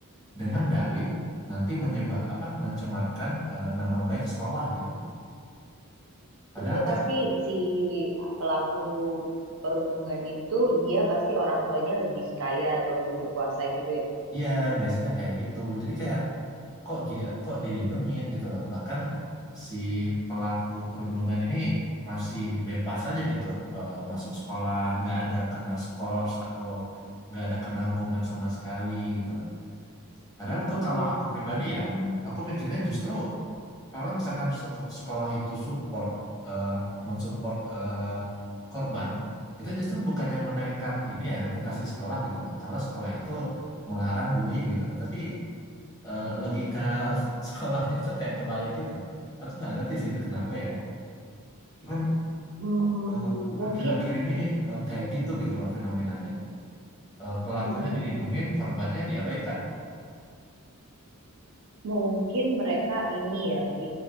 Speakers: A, on the left; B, on the right.
A: dengan dalih nanti menyebab apa mencemarkan eh, nama baik sekolah gitu loh padahal
B: Itu
A: kan
B: pasti si pelaku perundungan itu dia pasti orang tuanya lebih kaya atau lebih berkuasa gitu ya.
A: ya biasanya kayak gitu jadi kayak kok dia kok dilindungin gitu loh bahkan si pelaku perundungan ini masih bebas aja gitu eh, masuk sekolah nggak ada kena skors atau nggak ada kena hukuman sama sekali gitu loh padahal tuh
B: Mm-mm.
A: kalau aku
B: Mm-mm.
A: pribadi
B: Hmm,
A: ya Hmm. aku mikirnya justru kalau misalkan sek- sekolah itu support eh, mensupport eh, korban itu justru bukannya menaikkan ini ya reputasi sekolah gitu loh kalau sekolah itu melarang bullying gitu loh tapi eh, logika <laughs> sekolahnya tuh kayak kebalik gitu. Aku nggak ngerti sih itu kenapa ya. Cuman
B: hmm, hmm. Hmm,
A: eh,
B: mungkin.
A: akhir-akhir ini eh, kayak gitu gitu loh fenomenanya. Eh, pelakunya
B: Mm-mm.
A: dilindungin, korbannya diabaikan.
B: Mungkin mereka ini ya, Vi,